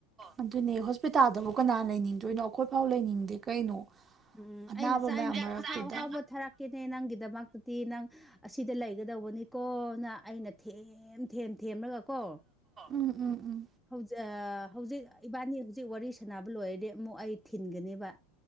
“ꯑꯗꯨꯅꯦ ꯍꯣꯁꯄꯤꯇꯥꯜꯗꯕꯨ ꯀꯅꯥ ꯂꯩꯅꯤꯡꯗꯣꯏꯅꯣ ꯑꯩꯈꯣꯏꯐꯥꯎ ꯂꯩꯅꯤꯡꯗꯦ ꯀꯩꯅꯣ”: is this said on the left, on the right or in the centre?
Right